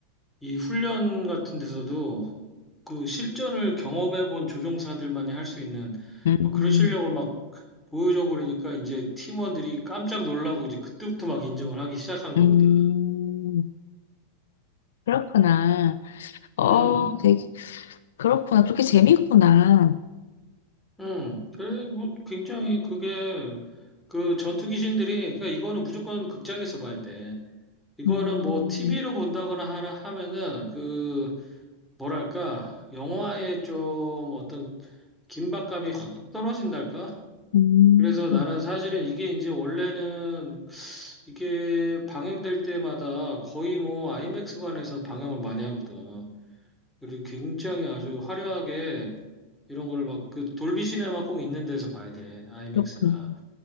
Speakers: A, in the centre; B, on the left (about 60°).
A: 이 훈련 같은 데서도 그 실전을 경험해 본 조종사들만이 할 수 있는
B: 음,
A: 막 그런 실력을 막 보여줘 버리니까 이제 팀원들이 깜짝 놀라고 이제 그때부터 막 인정을 하기 시작한 거거든.
B: 음, 그렇구나. 어,
A: 음,
B: 되게, 그렇구나. 그렇게 재밌구나.
A: 음. 그래, 뭐, 굉장히 그게, 그 전투 귀신들이, 그러니까 이거는 무조건 극장에서 봐야 돼. 이거는
B: 음,
A: 뭐, TV로 본다거나 하라 하면은, 그, 뭐랄까, 영화에 좀 어떤 긴박감이 확 떨어진달까?
B: 음,
A: 그래서 나는 사실은 이게 이제 원래는 이게 방영될 때마다 거의 뭐 아이맥스관에서 방영을 많이 하거든. 그리고 굉장히 아주 화려하게 이런 걸 막 그 돌비 시네마 꼭 있는 데서 봐야 돼. 아이맥스나.
B: 그렇구나.